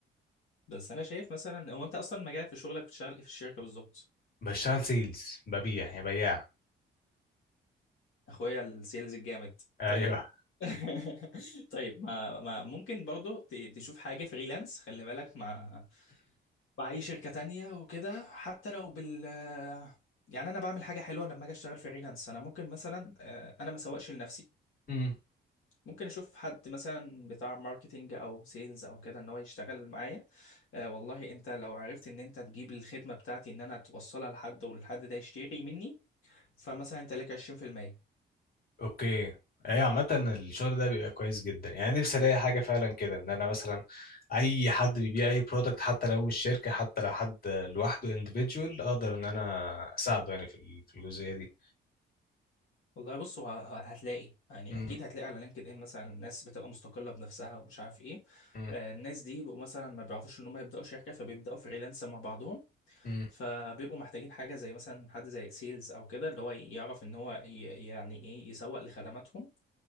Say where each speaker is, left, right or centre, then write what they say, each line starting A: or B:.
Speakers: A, on the left (about 85°); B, on the left (about 50°).
A: بس انا شايف مثلا هو انت اصلا مجالك في شغلك بتشتغل ايه في الشركه بالظبط
B: بشتغل سيلز ببيع يعني بياع
A: اخويا السيلز الجامد
B: ايوه
A: طيب <laughs> طيب ما, ما ممكن برضو ت- تشوف حاجه فريلانس خلي بالك مع مع اي شركه تانية وكده حتى لو بال يعني انا بعمل حاجه حلوه لما اجي اشتغل فريلانس انا ممكن مثلا آه، انا ما سوقش لنفسي
B: امم
A: ممكن اشوف حد مثلا بتاع ماركتينج او سيلز او كده ان هو يشتغل معايا آه والله انت لو عرفت ان انت تجيب الخدمه بتاعتي ان انا توصلها لحد والحد ده يشتري مني فمثلا انت لك 20%
B: اوكي ايوه عامة الشغل ده بيبقى كويس جدا يعني نفسي الاقي حاجة فعلا كده ان انا مثلا اي حد بيبيع اي برودكت حتى لو مش شركة حتى لو حد لوحده individual اقدر ان انا اساعده يعني في ال- في الجزئية دي
A: والله بص هو ه- هتلاقي يعني
B: مم.
A: اكيد هتلاقي على لينكد ان مثلا ناس بتبقى مستقله بنفسها ومش عارف ايه
B: مم.
A: آه الناس دي بيبقوا مثلا ما بيعرفوش ان هم يبداوا شركه فبيبداوا فريلانس مع بعضهم
B: مم.
A: فبيبقوا محتاجين حاجه زي مثلا حد زي سيلز او كده اللي هو يعرف ان هو ي- يعني ايه يسوق لخدماتهم